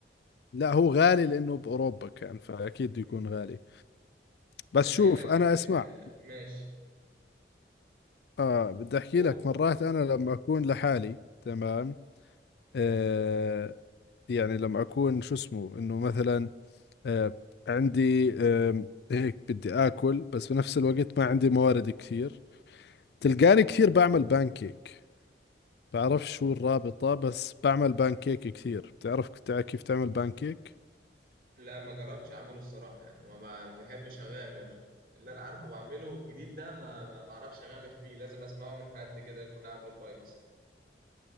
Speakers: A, on the left; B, on the right.
A: لا هو غالي لانه باوروبا كان فاكيد
B: مم،
A: بده يكون غالي
B: بما
A: بس شوف
B: انك
A: انا اسمع
B: آه، ماشي
A: اه بدي احكي
B: قول
A: لك مرات انا لما اكون لحالي تمام آه يعني لما اكون شو اسمه انه مثلا آه، عندي آم، هيك بدي آكل بس بنفس الوقت ما عندي موارد كثير تلقاني كثير بعمل بانكيك بعرف شو الرابطة بس بعمل بانكيك كثير بتعرف كت- كيف تعمل بانكيك؟
B: لا ما جربتش اعمله الصراحه يعني ما ما بحبش اغامر اللي انا عارفه بعمله والجديد ده ما ما بعرفش اغامر فيه لازم اسمعه من حد كده يكون عامله كويس